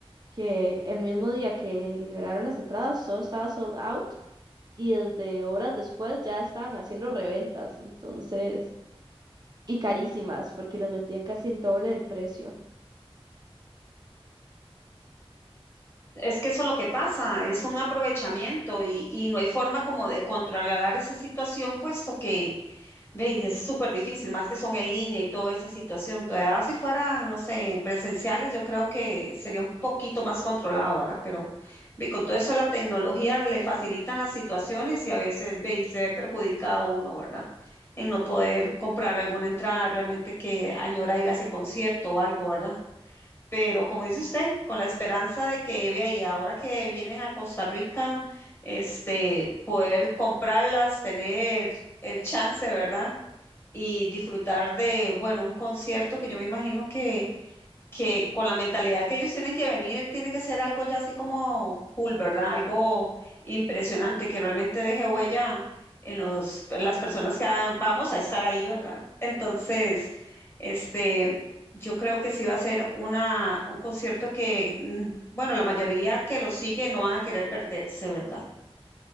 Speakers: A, on the right (about 40°); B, on the left (about 25°).
A: que el mismo día que liberaron las entradas, todo estaba sold out y desde horas después ya estaban haciendo reventas, entonces, y carísimas, porque les metían casi el doble del precio.
B: Es que eso es lo que pasa, es un aprovechamiento y, y no hay forma como de controlar esa situación, puesto que Ve, y es súper difícil, más que son en línea y toda esa situación. Todavía si fueran, no sé, presenciales, yo creo que sería un poquito más controlado, ¿verdad? Pero ve, con todo eso la tecnología le facilitan las situaciones y a veces ve, y se ve perjudicado uno, ¿verdad? En no poder comprar alguna entrada realmente que añora ir a ese concierto o algo, ¿verdad? Pero como dice usted, con la esperanza de que vea y ahora que vienen a Costa Rica, este, poder comprarlas, tener el chance, ¿verdad? y disfrutar de, bueno, un concierto que yo me imagino que, que con la mentalidad que ellos tienen que venir, tiene que ser algo ya así como full, ¿verdad? Algo impresionante que realmente deje huella en los, en las personas que ah, vamos a estar ahí, ¿verdad? Entonces, este, yo creo que sí va a ser una, un concierto que, mm, bueno, la mayoría que lo sigue no van a querer perderse, ¿verdad?